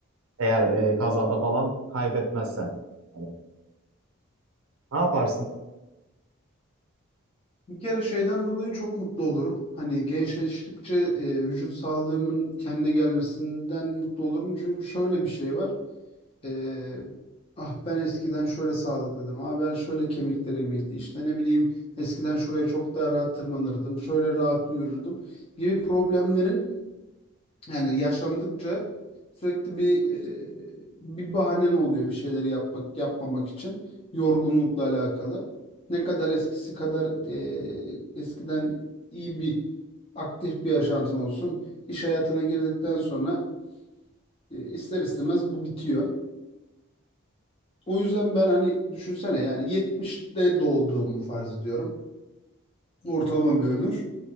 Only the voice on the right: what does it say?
Eğer e, kazada falan kaybetmezsen. Hani ne yaparsın?